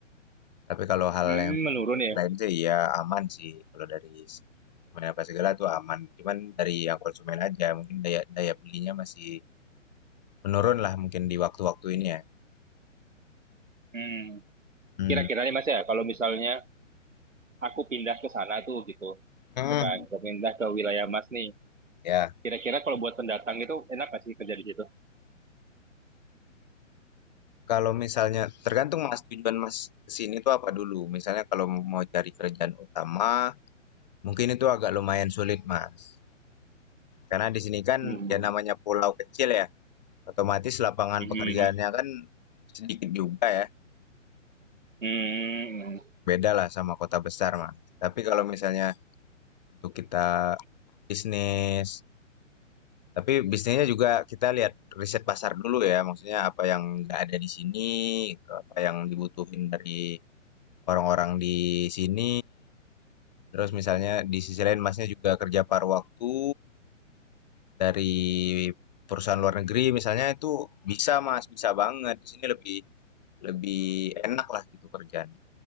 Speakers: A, on the left; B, on the right.
A: Tapi kalau hal
B: hmm
A: yang
B: menurun ya
A: lain itu ya aman sih kalau dari segi manajemen apa segala tuh aman. Cuman dari yang konsumen aja mungkin daya daya belinya masih menurun lah mungkin di waktu-waktu ini ya.
B: hmm
A: Hmm.
B: kira-kira nih mas ya kalau misalnya aku pindah ke sana tuh gitu
A: Hmm.
B: ya kan pindah ke wilayah mas nih
A: Ya.
B: kira-kira kalau buat pendatang itu enak nggak sih kerja di situ
A: Kalau misalnya tergantung Mas tujuan Mas kesini tuh apa dulu. Misalnya kalau mau cari kerjaan utama mungkin itu agak lumayan sulit Mas. Karena di sini kan
B: hmm
A: ya namanya pulau kecil ya. Otomatis lapangan
B: Mhm,
A: pekerjaannya kan sedikit juga ya.
B: hmm
A: beda lah sama kota besar mah. Tapi kalau misalnya untuk kita bisnis, tapi bisnisnya juga kita lihat riset pasar dulu ya, maksudnya apa yang nggak ada di sini, apa yang dibutuhin dari orang-orang di sini. Terus misalnya di sisi lain Masnya juga kerja paruh waktu dari perusahaan luar negeri misalnya itu bisa Mas, bisa banget. Di sini lebih lebih enak lah gitu kerjanya